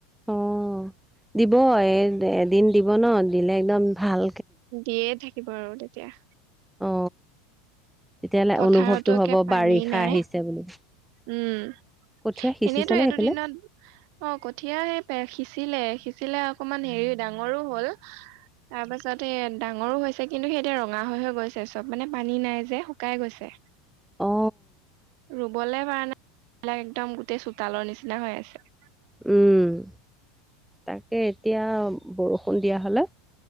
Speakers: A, in the centre; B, on the right (about 60°).
A: অ দিব এই এদিন দিব ন দিলে একদম ভাল।
B: দিয়ে থাকিব আৰু তেতিয়া-
A: অ তেতিয়াহলে
B: পথাৰতো
A: অনুভৱটো
B: একে
A: হব
B: পানী
A: বাৰিষা
B: নাই
A: আহিছে। বুলি
B: উম
A: কঠীয়া সিঁচিছেনে
B: এনেইতো এই
A: সেইফালে
B: দুদিনত অ কঠিয়া সেই সিচিলে সিচিলে- অকমান হেৰি ডাঙৰো হ'ল তাৰ পাছত সেই ডাঙৰ ডাঙৰো হৈছে কিন্তু সেই যে ৰঙা হৈ হৈ গৈছে চব মানে পানী নাই যে শুকাই গৈছে।
A: অ
B: ৰুবলে পৰা নাই। এইবিলাক একদম গোটেই চোতালৰ নিচিনা হৈ আছে
A: উম তাকে এতিয়া বৰষুণ দিয়া হলে